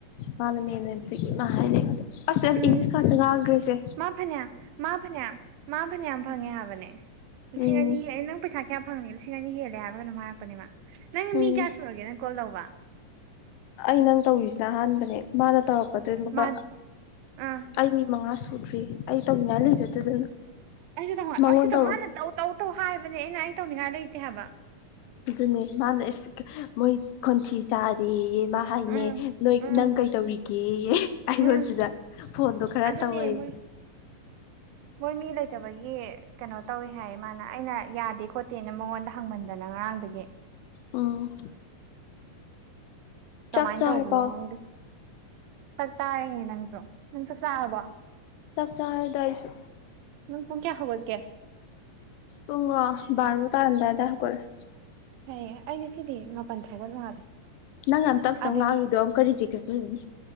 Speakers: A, on the left; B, on the right.
A: ꯃꯥꯅ ꯃꯦꯟ ꯑꯣꯏꯕꯗꯒꯤ ꯃꯥ ꯍꯥꯏꯅꯤ ꯑꯩꯉꯣꯟꯗ ꯑꯁ
B: ꯎꯝ
A: ꯏꯪꯂꯤꯁ ꯉꯥꯛꯇ ꯉꯪꯒ꯭ꯔꯦꯁꯦ
B: <unintelligible> ꯃꯥ ꯐꯅ꯭ꯌꯥꯝ ꯃꯥ ꯐꯅ꯭ꯌꯥꯝ ꯐꯪꯉꯦ ꯍꯥꯏꯕꯅꯦ ꯂꯤꯁꯤꯡ
A: ꯎꯝ
B: ꯑꯅꯤ ꯑꯩ ꯅꯪ ꯄꯩꯁꯥ ꯀꯌꯥꯝ ꯐꯪꯉꯦ ꯂꯤꯁꯤꯡ ꯑꯅꯤ ꯍꯦꯜꯂꯦ ꯍꯥꯏꯕ ꯀꯩꯅꯣꯝ ꯍꯥꯏꯔꯛꯄꯅꯦꯕ ꯅꯪ
A: ꯎꯝ
B: ꯃꯤ ꯀ꯭ꯌꯥ ꯁꯨꯔꯒꯦ ꯅꯪ ꯀꯣꯜ ꯇꯧꯕ
A: ꯑꯩ ꯅꯪ ꯇꯧꯔꯤꯖꯤꯅ ꯑꯍꯥꯟꯕꯅꯦ ꯃꯥꯅ ꯇꯧꯔꯛꯄꯗꯨꯢ ꯃꯈꯥ
B: ꯃꯥ ꯑꯥ
A: ꯑꯩ ꯃꯤ ꯃꯉꯥ ꯁꯨꯗ꯭ꯔꯤ ꯑꯩ ꯇꯧꯅꯤꯡꯉꯥꯏ ꯂꯩꯖꯗꯗꯅ
B: ꯑꯩꯁꯨ <unintelligible>
A: ꯃꯉꯣꯟ
B: ꯑꯩꯁꯨ
A: ꯇꯧꯔꯣ
B: ꯃꯥꯅ ꯇꯧ ꯇꯧ ꯇꯧ ꯍꯥꯏꯕꯅꯦ ꯑꯩꯅ ꯑꯩ ꯇꯧꯅꯤꯉꯥꯏ ꯂꯩꯇꯦ ꯍꯥꯏꯕ
A: ꯑꯗꯨꯅꯦ ꯃꯥꯅ ꯑꯁ ꯃꯣꯏ ꯈꯣꯟꯊꯤ ꯆꯥꯔꯗꯤꯌꯦ ꯃꯥ ꯍꯥꯏꯅꯦ
B: ꯎꯝ
A: ꯅꯣꯏ
B: ꯎꯝ
A: ꯅꯪ ꯀꯩꯇꯧꯔꯤꯒꯦꯌꯦ ꯑꯩꯉꯣꯟꯁꯤꯗ
B: ꯎꯝ
A: ꯐꯣꯟꯗꯣ ꯈꯔ
B: ꯑꯗꯨꯅꯦ
A: ꯇꯧꯋꯣꯌꯦ
B: ꯃꯣꯏ ꯃꯣꯏ ꯃꯤ ꯂꯩꯇꯕꯒꯤ ꯀꯅꯣ ꯇꯧꯋꯦ ꯍꯥꯏꯌꯦ ꯃꯥꯅꯦ ꯑꯩꯅ ꯌꯥꯗꯦ ꯈꯣꯠꯇꯦꯅ ꯃꯉꯣꯟꯗ ꯍꯪꯃꯟꯗꯅ ꯉꯔꯥꯡꯗꯒꯤ
A: ꯎꯝ
B: ꯀꯃꯥꯏꯟ
A: ꯆꯥꯛ ꯆꯥꯔꯕꯣ
B: ꯇꯧꯕꯅꯣ ꯈꯪꯗꯦ ꯆꯥꯛ ꯆꯥꯔꯦꯅꯦ ꯅꯪꯖꯨ ꯅꯪ ꯆꯥꯛ ꯆꯥꯔꯕꯣ
A: ꯆꯥꯛ ꯆꯥꯥꯔꯦꯗ ꯑꯩꯁꯨ
B: ꯅꯪ ꯄꯨꯨꯡ ꯀ꯭ꯌꯥ ꯍꯧꯒꯠꯀꯦ
A: ꯄꯨꯡ ꯔꯣ ꯕꯥꯔꯣ ꯇꯥꯔꯝꯗꯥꯏ ꯑꯗꯥꯏ ꯍꯧꯒꯠꯂꯤ
B: ꯑꯩ ꯑꯩ ꯉꯁꯤꯗꯤ ꯃꯥꯄꯟ ꯍꯧꯒꯠ ꯃꯥꯜꯂꯦ
A: ꯅꯪ ꯌꯥꯝ ꯇꯞ ꯇꯞ
B: ꯑꯗꯒꯤ
A: ꯉꯥꯡꯉꯤꯗꯣ ꯑꯃꯨꯛꯀ ꯔꯤꯖꯦꯛ ꯆꯠꯆꯖꯅꯤ